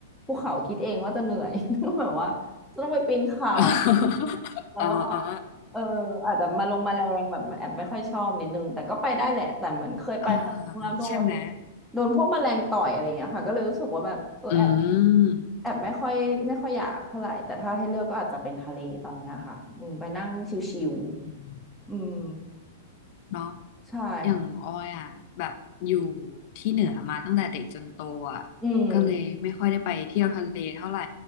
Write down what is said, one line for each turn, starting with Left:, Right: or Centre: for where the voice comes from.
Centre: ภูเขาคิดเองว่าจะเหนื่อย <laughs> แบบว่าจะต้องไปปีนเขาอะไรอย่างเงี้ยแล้วก็
Left: <laughs> อ่าอ่า
Centre: เอออาจจะมาลงมาแรงแบบแอบไม่ค่อยชอบนิดนึงแต่ก็ไปได้แหละแต่เหมือนเคยไปครั้งแล้วโดน
Left: อ่าใช่ไหม
Centre: โดนพวกแมลงต่อยอะไรเงี้ยค่ะก็เลยรู้สึกว่าแบบเออแอบ
Left: อืม
Centre: แอบไม่ค่อยไม่ค่อยอยากเท่าไหร่แต่ถ้าให้เลือกก็อาจจะเป็นทะเลตอนเนี้ยค่ะอืมไปนั่งชิว
Left: อืม
Centre: ๆอืม
Left: เนาะ
Centre: ใช่ค่ะ
Left: อย่างออยอ่ะแบบอยู่ที่เหนือมาตั้งแต่เด็กจนโตอ่ะ
Centre: อืม
Left: ก็เลยไม่ค่อยได้ไปเที่ยวทะเลเท่าไหร่